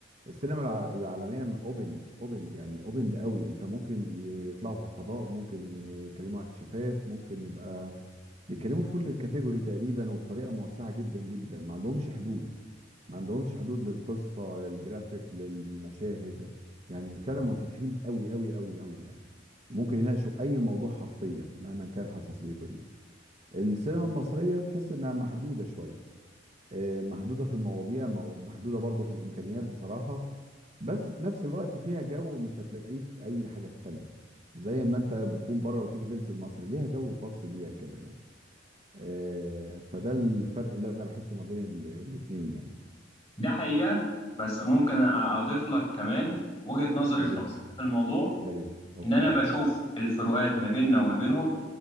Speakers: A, on the right; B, on the left.
A: السينما الع- العالمية اوبند اوبند يعني اوبند قوي انت ممكن يطلعوا في الفضاء ممكن يتكلموا عن اكتشافات ممكن يبقى بيتكلموا في كل الكاتيجوري تقريبا وبطريقة موسعة جدا جدا ما عندهمش حدود ما عندهمش حدود للقصة للجرافيك للمشاهد ل- يعني فعلا منفتحين قوي قوي قوي قوي يعني ممكن يناقشوا اي موضوع حرفيا مهما كان حساسيته ايه السينما المصرية تحس انها محدودة شوية آه، محدودة في المواضيع مو- محدودة برضو في الإمكانيات بصراحة بس في نفس الوقت فيها جو مش هتلاقيه في أي حاجة تانية زي ما أنت بتكون بره وتيجي تنزل مصر ليها جو خاص بيها كده يعني آه، فده الفرق اللي أنا بحسه ما بين ال- الاتنين يعني
B: ده حقيقة بس ممكن أضيف لك كمان وجهة نظري
A: يا
B: الشخصية
A: ريت
B: في الموضوع
A: يا ريت أوكي
B: إن أنا بشوف الفروقات ما بيننا وما بينهم